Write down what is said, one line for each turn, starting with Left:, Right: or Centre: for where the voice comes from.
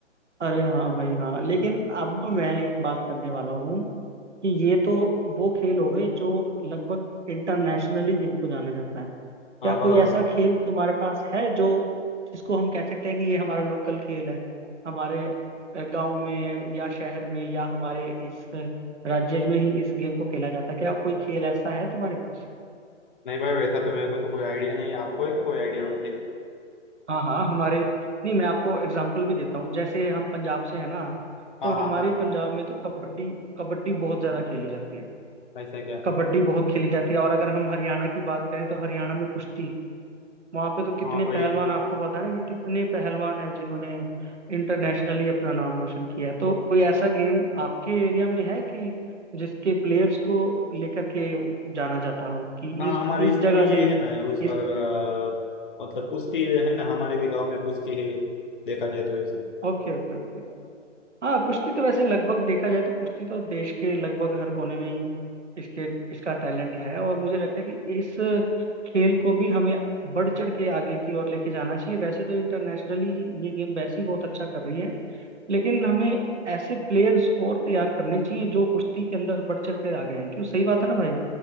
Right: अरे हाँ भाई हाँ लेकिन अब मैं एक बात करने वाला हूँ कि ये तो वो खेल हो गए जो लगभग इंटरनेशनली जिनको जाना जाता है क्या
Left: हाँ बराबर
Right: कोई ऐसा खेल तुम्हारे पास है जो जिसको हम कह सकते हैं कि ये हमारा लोकल खेल है हमारे अ, गांव में या शहर में या हमारे इस अ, राज्य में ही इस गेम को खेला जाता है क्या कोई खेल ऐसा है तुम्हारे पास
Left: नहीं भाई वैसा तो मेरे को तो कोई आइडिया नहीं है आपको है क्या कोई आइडिया वैसे
Right: हाँ हाँ हमारे नहीं मैं आपको एग्जाम्पल भी देता हूँ जैसे हम पंजाब से है ना तो
Left: हाँ
Right: हमारे
Left: हाँ हाँ
Right: पंजाब में तो कबड्डी कबड्डी बहुत ज्यादा खेली जाती है
Left: वैसा क्या
Right: कबड्डी बहुत खेली जाती है और अगर हम हरियाणा की बात करें तो हरियाणा में कुश्ती वहां पे तो कितने
Left: हाँ भाई
Right: पहलवान आपको पता है ना कि कितने पहलवान हैं जिन्होंने इंटरनेशनली अपना नाम रोशन किया है तो कोई ऐसा गेम आपके एरिया में है कि जिसके प्लेयर्स को लेकर के जाना जाता हो कि
Left: हाँ
Right: इस
Left: हमारे
Right: इस
Left: इसमें
Right: जगह
Left: भी
Right: से
Left: ये है ना उसका
Right: इस
Left: अ, मतलब कुश्ती है ना हमारे भी गांव में कुश्ती है देखा जाए तो वैसे
Right: ओके ओके ओके हाँ कुश्ती तो वैसे लगभग देखा जाए तो कुश्ती तो देश के लगभग हर कोने में ही इसके इसका टैलेंट है और मुझे लगता है कि इस खेल को भी हमें बढ़ चढ़ के आगे की ओर लेके जाना चाहिए वैसे तो इंटरनेशनली ये गेम वैसे ही बहुत अच्छा कर रही है लेकिन हमें ऐसे प्लेयर्स और तैयार करने चाहिए जो कुश्ती के अंदर बढ़ चढ़ कर आ गए हैं क्यों सही बात है ना भाई